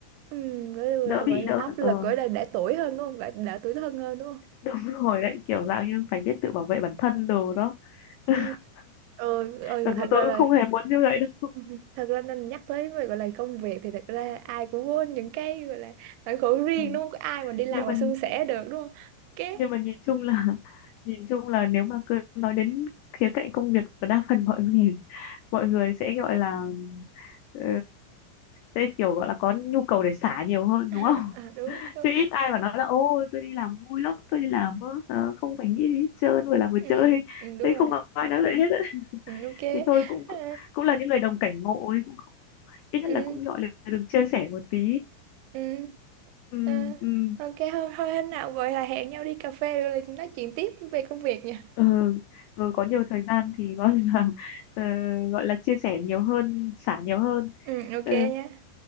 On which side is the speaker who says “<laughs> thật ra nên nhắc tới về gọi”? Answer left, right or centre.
Right